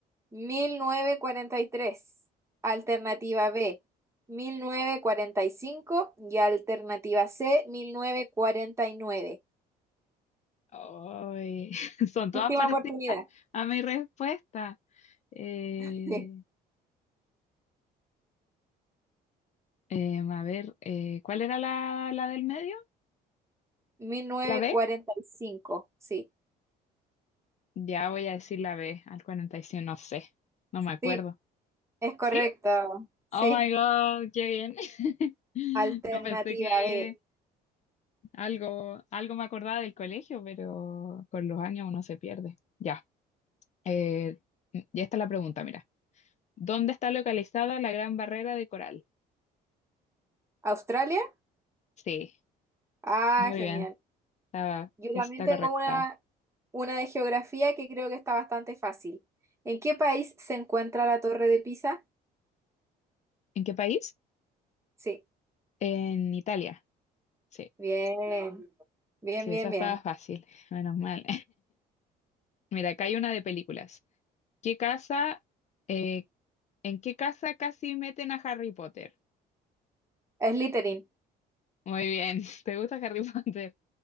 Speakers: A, on the right (about 15°); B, on the left (about 45°).
A: mil novecientos cuarenta y tres, Alternativa B, mil novecientos cuarenta Y cinco y alternativa C, 1949.
B: Ay, <laughs> son
A: Última
B: todas parecidas
A: oportunidad.
B: a mi respuesta. Eh,
A: Sí,
B: em, a ver, eh, ¿cuál era la, la del medio?
A: mil novecientos
B: ¿La B?
A: cuarenta y cinco. Sí,
B: Ya voy a decir la B, al 45 no sé, no me acuerdo.
A: sí, es correcto.
B: ¿Sí?
A: Sí.
B: Oh my God, qué bien. <laughs>
A: Alternativa
B: No pensé que,
A: B,
B: Algo, algo me acordaba del colegio, pero con los años uno se pierde. Ya, eh, ya está la pregunta, mira. ¿Dónde está localizada la Gran Barrera de Coral?
A: Australia.
B: Sí,
A: Ah,
B: muy
A: genial.
B: bien, está,
A: Yo
B: está
A: también tengo
B: correcta.
A: una, una de geografía que creo que está bastante fácil. ¿En qué país se encuentra la Torre de Pisa?
B: ¿En qué país?
A: Sí.
B: En Italia. Sí,
A: Bien, bien,
B: sí,
A: bien,
B: esa estaba
A: bien.
B: fácil, menos mal. <laughs> Mira, acá hay una de películas. ¿Qué casa, eh, en qué casa casi meten a Harry Potter?
A: Es Slytherin,
B: Muy bien, <laughs> ¿te gusta Harry Potter?